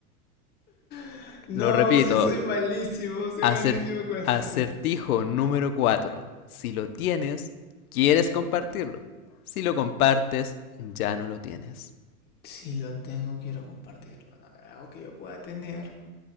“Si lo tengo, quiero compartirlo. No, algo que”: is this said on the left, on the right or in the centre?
Left